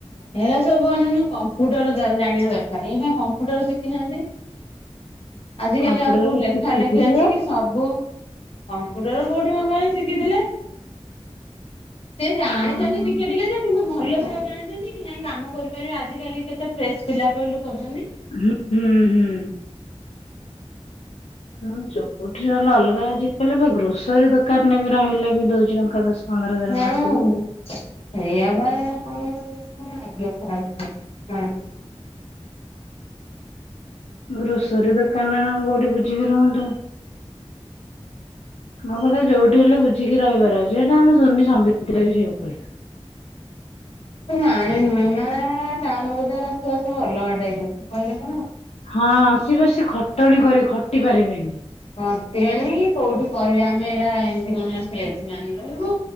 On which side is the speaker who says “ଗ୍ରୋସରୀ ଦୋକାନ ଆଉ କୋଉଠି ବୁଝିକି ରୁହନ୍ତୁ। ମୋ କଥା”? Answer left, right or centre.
Left